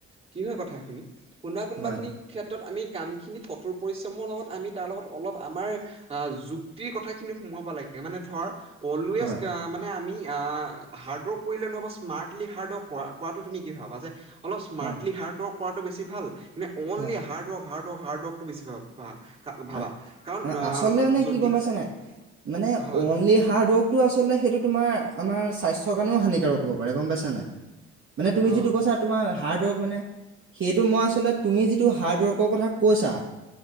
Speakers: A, on the right; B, on the right.
A: কি হয় কথাখিনি? কোনোবা কোনোবা
B: হয়
A: খিনি- ক্ষেত্ৰত আমি কামখিনি কঠোৰ পৰিশ্ৰমৰ লগত আমি তাৰ লগত অলপ আমাৰ যু- যুক্তিৰ কথাখিনি সোমাব লাগে, মানে ধৰক অলৱেজ
B: হয়।
A: আ আমি আ- হাৰ্ড ৱৰ্ক কৰিলে নহ'ব, স্মাৰ্টলি হাৰ্ড ৱৰ্ক কৰাটো তুমি কি ভাবা? যে অলপ স্মাৰ্টলি
B: হয়
A: হাৰ্ড ৱৰ্ক- কৰাটো বেছি ভাল, নে অনলি
B: হয়।
A: হাৰ্ডৱৰ্ক, হাৰ্ডৱৰ্ক, হাৰ্ডৱৰ্কটো বেছি ভাল? ভা, ভাবা
B: আ-
A: কাৰণ
B: অ,
A: আহ
B: আচলতে মানে কি
A: যদি-
B: গম পাইছা মানে
A: হয়
B: অনলি হাৰ্ডৱৰ্ক- টো আচলতে সেইটো তোমাৰ আমাৰ স্বাস্থ্য কাৰনেও হানিকাৰক হ'ব পাৰে, গম পাইছা নে নাই? মানে তুমি
A: অ
B: যিটো কৈছা, তোমাৰ- হাৰ্ডৱৰ্ক মানে, সেইটো মই আচলতে তুমি যিটো হাৰ্ডৱৰ্কৰ কথা কৈছা-